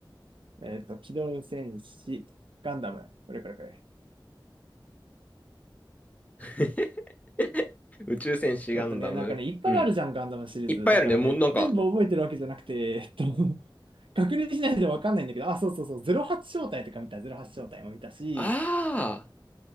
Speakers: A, on the right (about 80°); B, on the left (about 20°).
A: えっと、機動戦士、ガンダム、これこれこれ。
B: <laughs> 宇宙戦士ガンダム、
A: だってね、なんかね、いっぱいあるじゃん、
B: うん。
A: ガンダムシリーズ。
B: いっぱいあるね。
A: だからね、
B: もうなんか、
A: 全部覚えてるわけじゃなくて、えっと、<laughs> 確認しないとわかんないんだけど、あ、そうそうそう、08正体とか見た、08正体も見たし、
B: ああ。